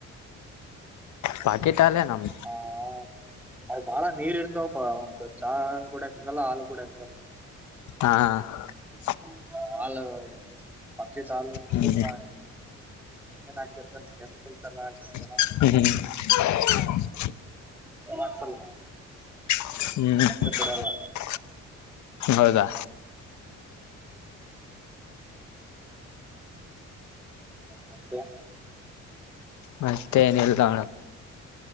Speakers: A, on the left (about 70°); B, in the centre.
A: ಪಾಕಿಟಾಲೆ ನಮ್ಮದು
B: ಅವು ಬಾಳ ನೀರ್ ಇರ್ತಾವಪ್ಪ ಚಾ ಕೂಡ ಎಕಗಲ್ಲ ಹಾಲು ಕೂಡಲ್ಲ
A: ಹಾ ಹಾ
B: ಅಲ ನೀ ಏನ್
A: ಹ್ಮ್
B: ಕೆಿಕಲ್ ಎಲ್ಲ ಹಾಕಿರ್ತಾರ
A: ಹ್ಮ
B: ಚಲೋ ಅನ್ಸಲ್ಲ
A: ಹ್ಮ್
B: ಮತ್ತೆ ಕೊಡಲ್ಲ
A: ಹೌದಾ
B: ಮತ್ತೆ
A: ಮತ್ತೆ ಏನಲ್ದು